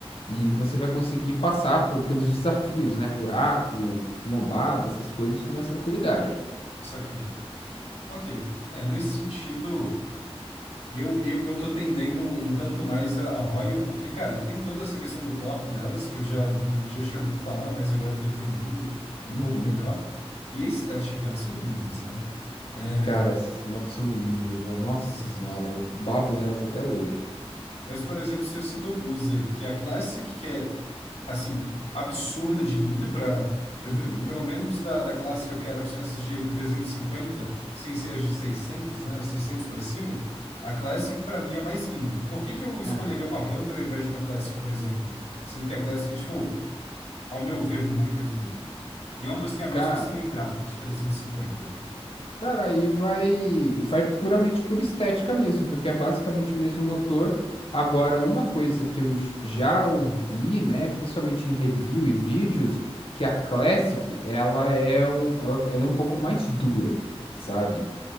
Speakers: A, on the left; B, on the left.
A: Uhum.
B: E você vai conseguir passar por, pelos desafios, né? Buraco, lombada, essas coisas com mais tranquilidade.
A: Isso aqui, Ok. É, nesse sentido, eu, eu, eu tô tendendo um um tanto mais a, a Royal, porque, cara, tem toda essa questão do torque delas, que eu já, eu já tinha ouvido falar, mas agora eu tô entendendo um
B: Uhum.
A: pouco melhor. E a estética, que elas são lindas, né? É,
B: Cara, as motos são lindas. ah, Nossa
A: São.
B: senhora, eu babo nelas até hoje.
A: Mas, por exemplo, você citou duas aí, que é a Classic, que é assim, absurda de linda para
B: Uhum.
A: pelo menos da, da classe que eu quero, que são essas de 350, sem ser as de 600, né, 600 para cima, a Classic para mim é a mais linda. Por que que eu escolheria
B: Aham.
A: uma Hunter ao invés de uma Classic, por exemplo? Sendo que a Classic é, tipo, ao meu ver, muito mais bonita. E ambas têm a mesma
B: Cara,
A: cilindrada de 350.
B: Cara, aí vai, vai puramente por estética mesmo, porque é basicamente o mesmo motor. Agora, uma coisa que eu j- já ouvi, né, principalmente em review e vídeos, que a Classic, ela é um, ela, ela é um pouco mais dura, sabe?